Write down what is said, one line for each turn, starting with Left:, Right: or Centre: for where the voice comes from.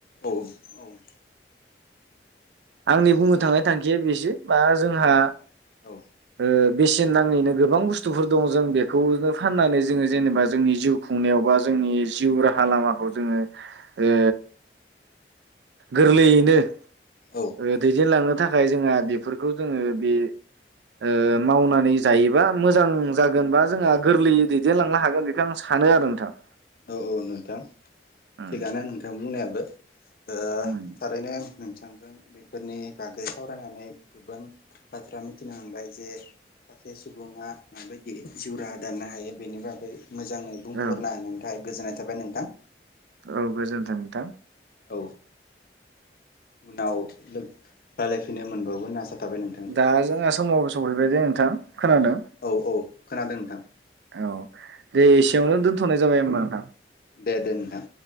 Left: औ औ।
Right: आंनि बुंनो थांनाय थांखिया बेसो बा जोंहा
Left: औ
Right: ओ बेसेन नाङैनो गोबां बुस्थुफोर दङ जों बेखौनो फाननानै जोङो जेनेबा जोंनि जिउ खुंनायाव बा जोंनि जिउ राहा लामाखौ जोङो ओ गोरलैयैनो
Left: औ
Right: ओ दैदेनलांनो थाक खाय जोंहा बेफोरखौ जोङो बे ओ मावनानै जायोबा मोजां जागोन बा जोंहा गोरलैयै दैदेनलांनो हागोन बेखौ आं सानो आरो नोंथां।
Left: औ औ नोंथां।
Right: उम
Left: थिगानो नोंथां बुंनायाबो। ओ
Right: उम
Left: थारैनो नों थांजों बेफोरनि बागै सावरायनानै गोबां बाथ्रा मिथिनो मोनबाय जे सासे सुबुङा माबायदि जिउ राहा दानो हायो बेनि बागै मोजाङै बुंफोरनो
Right: औ
Left: हानायानोथ' गोजोननाय थाबाय नोंथां।
Right: औ गोजोन्थों नोंथां।
Left: औ उनाव रायलायफैनो मोनबावगोन होनना आसा थाबाय नोंथां
Right: दा जोंहा समाव सहैबाय नोंथां खोनादों?
Left: औ औ खोनादों नोंथां।
Right: औ दे एसेयावनो दोन्थ'नाय जाबाय। होमबा नोंथां
Left: दे दे नोंथां।